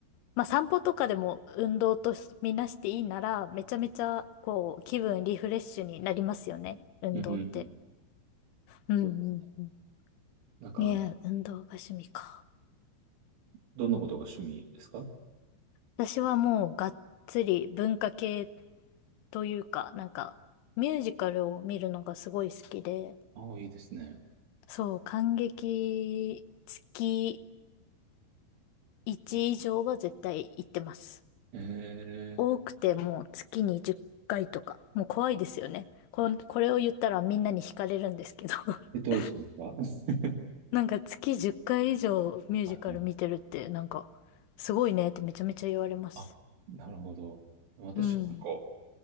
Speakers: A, on the left (about 80°); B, on the right (about 80°).
A: まあ散歩とかでも運動とみなしていいなら、めちゃめちゃこう気分リフレッシュになりますよね。運動って。
B: うん。
A: うんうんうん。
B: そうです。なんか、
A: いや、運動が趣味か。
B: どんなことが趣味ですか
A: 私はもうがっつり文化系というか、なんかミュージカルを見るのがすごい好きで、
B: ああ、いいですね。
A: そう、感激月1以上は絶対行ってます。
B: ええ
A: 多くてもう月に10回とか。もう怖いですよね。こん、これを言ったらみんなに惹かれるんですけど。<laughs>
B: え、どうしますか <laughs>
A: なんか月10回以上ミュージカル見てるってなんかすごいねってめちゃめちゃ言われます。
B: はいはいあ、なるほど。私なんか、
A: うん。